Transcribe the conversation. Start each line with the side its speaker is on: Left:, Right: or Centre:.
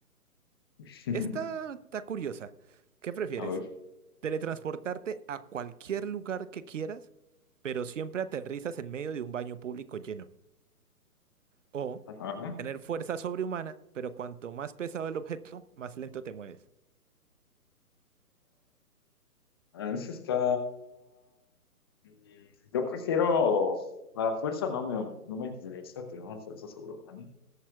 Left: <laughs>
Right: Esta está curiosa. ¿Qué prefieres?
Left: A ver.
Right: Teletransportarte a cualquier lugar que quieras, pero siempre aterrizas en medio de un baño público lleno. O
Left: Ajá.
Right: tener fuerza sobrehumana, pero cuanto más pesado el objeto, más lento te mueves.
Left: Ah, ese está... Mm, Yo prefiero... La fuerza no me, no me interesa, tener una fuerza sobrehumana.